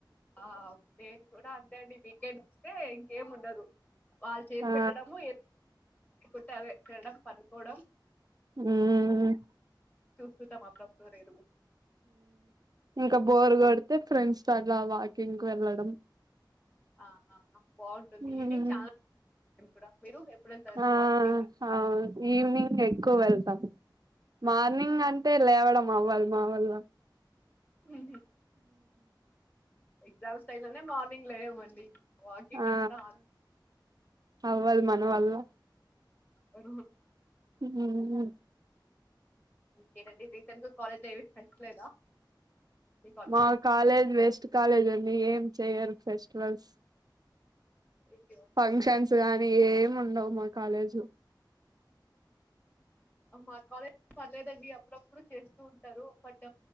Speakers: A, on the left; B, on the right.
A: ఆ నేను కూడా అంతే అం వీకెండ్ వస్తే ఇంకేం ఉండదు వాళ్ళు చేసి
B: ఆ
A: పెట్టడము కుట్ట అది తడం పనుకోవడం
B: హ
A: సూకృత మాలాప్పురు
B: ఇంకా బోర్ కొడితే ఫ్రెండ్స్ అలా వాకింగ్ వెళ్ళడం
A: ఆ బాగుంటుంది
B: ఉమ్
A: ఈవినింగ్ చాలా ఇం కూడా మీరు ఎప్పుడు వెళ్తారండి
B: ఆ
A: మార్నింగ్
B: అ ఈవినింగ్ ఎక్కువ వెళ్తాం మార్నింగ్ అంటే లేవడం అవ్వళ మావళ్ళ
A: అ ఎగజామ్స్ టై మార్నింగ్ లేవమండి వాకింగ్
B: ఆ
A: అంతా
B: అవ్వదు మన వల్ల
A: అ
B: ఉమ్
A: ఇంకేనండి రీసెంట్ గా కాలేజ్ ఏవి ఫస్ట్ లేదా మీ కాలేజ్
B: మా కాలేజ్ వెస్ట్ కాలేజ్ అండి ఏం చేయరు ఫెస్టివల్స్
A: అ
B: ఫంక్షన్స్ గానీ ఏమి ఉండవు మా కాలేజీ
A: మా కాలేజ్ పర్లేదండి అప్పుడప్పుడు చేస్తూ ఉంటారు but